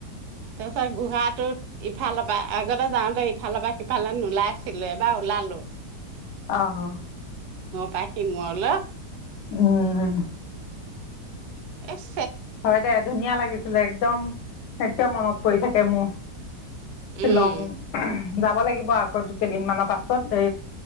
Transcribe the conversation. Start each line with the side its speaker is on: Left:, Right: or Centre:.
Right: তাৰ পিছত গুহাটোত ইফালৰ পৰা আগতে যাওঁতে ইফালৰ পৰা সিফালে নোলাইছিলো এবাৰ ওলালো
Left: অহ!
Right: কা কি মৰিল অ
Left: উম
Right: ইছ।
Left: হয় দে, ধুনীয়া লাগিছিলে। একদম একদম মনত পৰি থাকে মোৰ। শ্বিলং
Right: উম
Left: যাব লাগিব আকৌ কেইদিনমানৰ পাছত এ